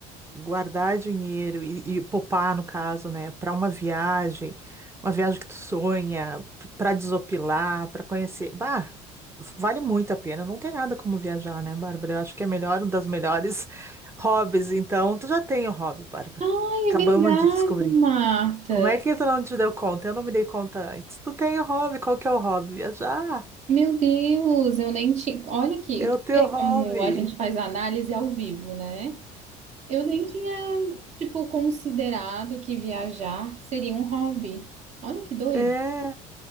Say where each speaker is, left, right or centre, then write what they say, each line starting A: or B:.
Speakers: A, on the right; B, on the right.
A: guardar dinheiro e, e poupar, no caso, né, para uma viagem, uma viagem que tu sonha, para desopilar, para conhecer. Bah, vale muito a pena. Não tem nada como viajar, né, Bárbara? Eu acho que é melhor, um das melhores <laughs> hobbies. Então, tu já tem o hobby, Bárbara.
B: Ai,
A: Acabamos
B: é verdade,
A: de descobrir.
B: Marta.
A: Como é que tu não te deu conta? Eu não me dei conta antes. Tu tem o hobby, qual que é o hobby? Viajar.
B: Meu Deus, eu nem tinha. Olha aqui,
A: É
B: tu
A: o teu
B: vê como
A: hobby.
B: a gente faz análise ao vivo, né? Eu nem tinha, tipo, considerado que viajar seria um hobby. Olha que doido.
A: É,